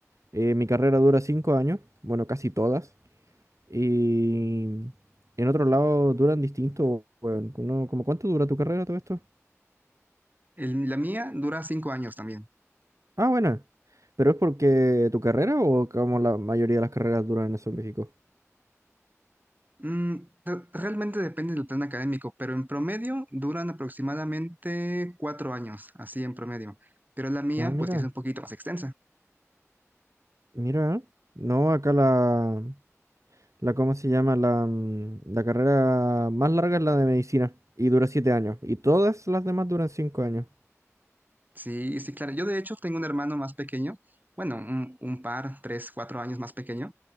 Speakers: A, on the right; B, on the right.
A: eh, mi carrera dura cinco años, bueno, casi todas. Y en otros lados duran distinto. Bueno, no- ¿cómo cuánto dura tu carrera todo esto?
B: El- la mía dura cinco años también.
A: Ah, bueno. ¿Pero es porque tu carrera o como la mayoría de las carreras duran eso en México?
B: Mm, re- realmente depende del plan académico, pero en promedio duran aproximadamente cuatro años, así en promedio. Pero la mía,
A: Ah, mira,
B: pues, sí es un poquito más extensa.
A: mira. ¿eh? No, acá la... La, ¿cómo se llama? La, mm, la carrera más larga es la de medicina y dura siete años. Y todas las demás duran cinco años.
B: Sí, sí, claro. Yo de hecho tengo un hermano más pequeño, bueno, un, un par, tres, cuatro años más pequeño,